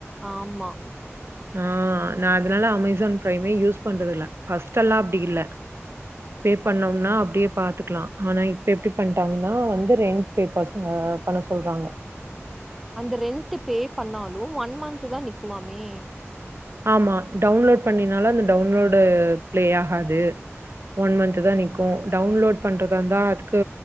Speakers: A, in the centre; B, on the right.
A: ஆமா
B: ஆஹ் நா அதனால அமேசான் பிரைமே யூஸ் பண்றது இல்ல பஸ்ட் எல்லா அப்டி இல்ல பே பண்ணோம்னா அப்டியே பாத்துக்கலா ஆனா இப்ப எப்டி பணிட்டாங்கன்னா வந்து ரெண்ட் பே பச பண்ண சொல்றாங்க
A: அந்த ரெண்டட் பே பண்ணாலு ஒன் மந்த்த் தா நிக்குமாமே
B: ஆமா டவுன்லோட் பண்ணினால அந்த டவுன்லோடு பிளே ஆகாது ஒன் மந்த்த தா நிக்கு டவுன்லோட் பண்றதாந்தா அதுக்கு